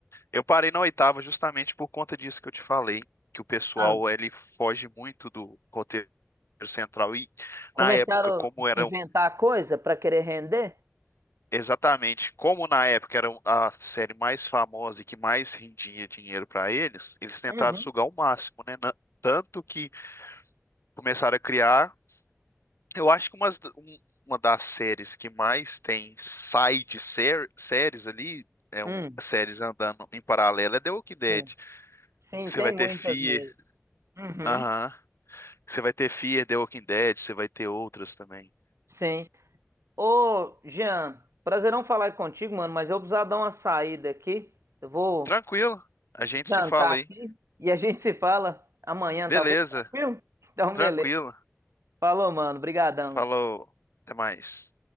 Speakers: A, on the left; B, on the right.
A: Eu parei na oitava justamente por conta disso que eu te falei, que o pessoal
B: Ah,
A: ele foge muito do roteiro central e
B: começaram
A: na época como
B: a
A: eram
B: inventar coisa pra querer render?
A: exatamente como na época era a série mais famosa e que mais rendia dinheiro para eles, eles tentaram
B: Uhum.
A: sugar o máximo, né? Na- Tanto que começaram a criar Eu acho que umas- um- uma das séries que mais tem side ser- séries ali, é um,
B: Hum,
A: séries andando em paralelo, é The Walking Dead.
B: sim. Sim,
A: Você
B: tem
A: vai ter
B: muitas
A: Fear,
B: mesmo. Uhum.
A: aham. Você vai ter Fear, The Walking Dead, você vai ter outras também.
B: Sim. Ô, Jean, prazerão falar contigo, mano, mas eu precisava dar uma saída aqui. Eu vou
A: Tranquilo, a gente
B: jantar
A: se fala
B: aqui
A: aí.
B: e a gente se fala amanhã,
A: Beleza,
B: talvez, tranquilo? Então,
A: tranquilo.
B: beleza. Falou, mano. Brigadão.
A: Falou, até mais.